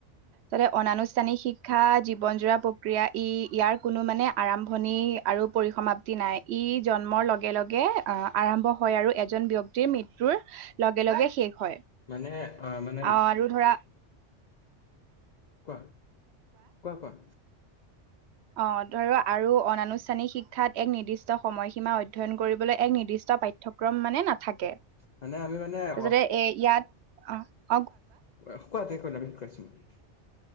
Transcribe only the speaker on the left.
মানে মানে
কোৱা- কোৱা- কোৱা।
মানে আমি মানে
অ
কোৱা কোৱা একো নাই